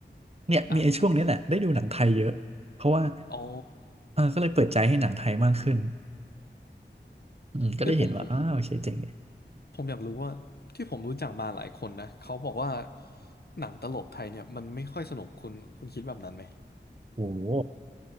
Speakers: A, on the right; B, on the left.
A: เนี่ยมีไอ้ช่วงนี้แหละได้ดูหนังไทยเยอะเพราะว่า
B: อ่ะอ๋อ
A: เออก็เลยเปิดใจให้หนังไทยมากขึ้นอืมก็ได้เห็นว่าอ้าวโอเคเจ๋งเลย
B: เอ้ยผมผม ผมอยากรู้ว่าที่ผมรู้จักมาหลายคนนะเขาบอกว่าหนังตลกไทยเนี่ยมันไม่ค่อยสนุกคุณคุณคิดแบบนั้นไหม
A: โอ้โห